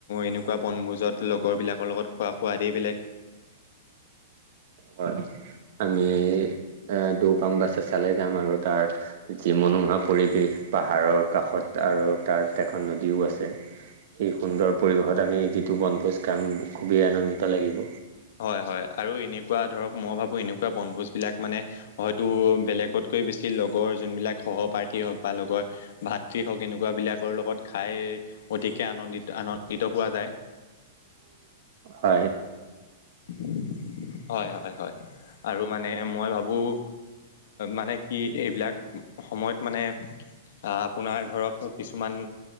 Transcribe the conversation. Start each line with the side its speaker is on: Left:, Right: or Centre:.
Left: এনেকুৱা বনভোজত লগৰবিলাকৰ লগত খোৱা সোৱাদেই বেলেগ। <unintelligible> <inaudible>
Right: হয় আমি এ দৌপাং বাছে চালে যাম আৰু তাৰ যি মন। <unintelligible> নোহোৱা পৰিৱেশ পাহাৰৰ কাষত আৰু তাত এখন নদীওঁ আছে। সেই সুন্দৰ পৰিৱেশত আমি যিটো বনভোজ কাম খুবেই আনন্দিত লাগিব।
Left: হয় হয় আৰু এনেকুৱা ধৰক মই ভাবোঁ এনেকুৱা বনভোজবিলাক মানে হয়তো বেলেগতকৈ বেছি লগৰ যোনবিলাক সহপাঠী। সেই হওঁক বা লগৰ। ভাতৃ হওঁক এনেকুৱাবিলাকৰ লগত খাই। অতিকে আনন্দিত আনন্দিত পোৱা যায়। <unintelligible> <inaudible>
Right: হয়।
Left: <unintelligible> <inaudible> হয় হয় হয় আৰু মানে মই ভাবোঁ মানে কি এইবিলাক। সময়ত মানে। আহ আপোনাৰ ধৰক কিছুমান